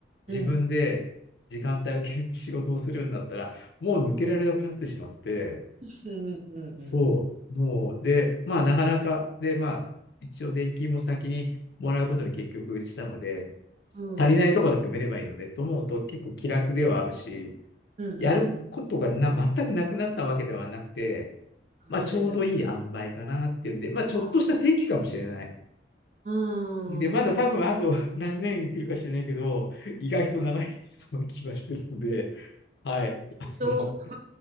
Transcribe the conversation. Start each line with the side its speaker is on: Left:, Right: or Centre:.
Right: うん
Left: 自分で時間帯を決めて仕事をするんだったら、もう抜けられなくなってしまって、
Right: うんうんうん
Left: そう、もう、で、まあ、なかなか、で、まあ、一応、年金も先にもらうことに結局したので、
Right: うん。
Left: 足りないところだけ埋めればいいので、
Right: うん。
Left: と思うと結構気楽ではあるし、
Right: うんうん
Left: やることがな全くなくなったわけではなくて、
Right: あ、
Left: まあ、
Right: それだよ。
Left: ちょうどいい塩梅かなっていうんで、まあ、ちょっとした転機かもしれない。
Right: ああ、うんうんうん。
Left: で、まだ多分あと何年生きるか知れないけど、意外と長いそうな気はしてるので、はい。<laughs>
Right: そ
Left: あの